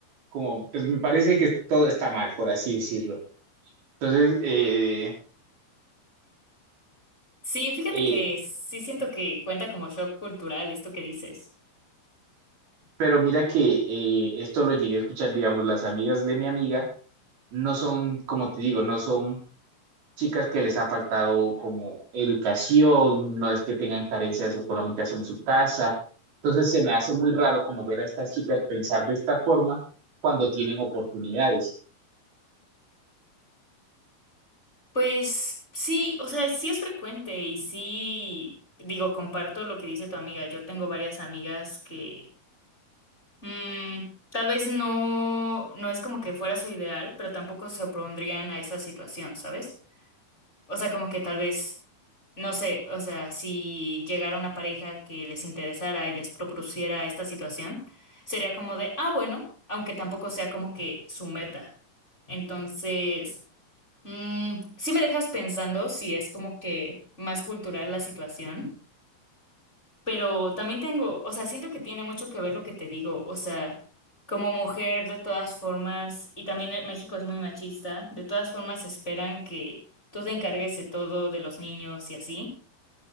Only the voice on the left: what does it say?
Sí, fíjate
que sí siento que cuenta como shock cultural esto que dices.
Pues sí, o sea, sí es frecuente y sí, digo, comparto lo que dice tu amiga. Yo tengo varias amigas que mm, tal vez no, no es como que fuera su ideal, pero tampoco se opondrían a esa situación, ¿sabes? O sea, como que tal vez, no sé, o sea, si llegara una pareja que les interesara y les propusiera esta situación, sería como de, ah, bueno, aunque tampoco sea como que su meta. Entonces, mm, sí me dejas pensando si es como que más cultural la situación. Pero también tengo, o sea, siento que tiene mucho que ver lo que te digo, o sea, como mujer de todas formas, y también en México es muy machista, de todas formas esperan que tú te encargues de todo, de los niños y así.